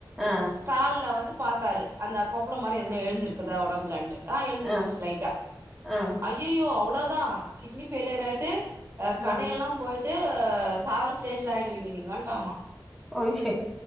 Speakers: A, in the centre; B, on the right.
A: ஆ
B: கால்ல வந்து பார்த்தாரு அந்த கொப்பளம்மரி எதுன எழுந்திருக்குதா உடம்புலன்ட்டு ஆஹ் எழுந்துட்டு
A: ஆ
B: இருந்துச்சு லைட்டா
A: ஆ
B: ஐ க்யும் அவ்வளோதான் கிட்னி ஃபயி லியர் ஆயிட்டு ஆஹ் கணையெல்லாம்
A: ம்
B: போயி ட்டு சாவர ஸ்டேஜ்ல ஆயிடுவீங்க நீங்கன்டமா
A: ய ச <unintelligible>